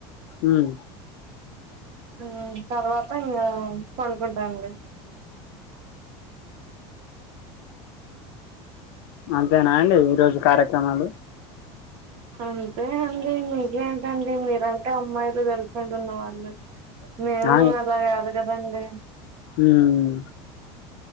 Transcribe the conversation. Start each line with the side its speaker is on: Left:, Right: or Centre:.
Left: ఉమ్
Right: ఉమ్ తర్వాత ఇంకా పనుకుంటాండి
Left: అంతేనా అండి ఈ రోజు కార్యక్రమాలు
Right: అంతే అ మిది అంత అంతే ఉంది ఇడా టి అమ్మాయిలు తెలుసుంటున్న వాళ్ళు మేము
Left: ఆ
Right: అలా కాదు కదండి
Left: ఉమ్